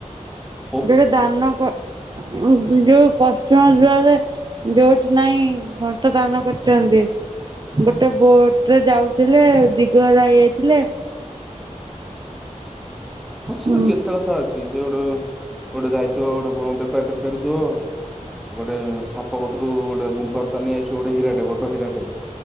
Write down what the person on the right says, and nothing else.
ଯଉଠେ ଦାନ କ- ଯଉ ପଶ୍ଚିମ ଦ୍ୱାରେ ଯଉଠି ନାହିଁ ଘଣ୍ଟ ଦାନ କରୁଚନ୍ତି। ଗୋଟେ ବୋଟ୍ ରେ ଯାଉଥିଲେ ଦିଗହରା ହେଇଯାଇଥିଲେ।
ହୁଁ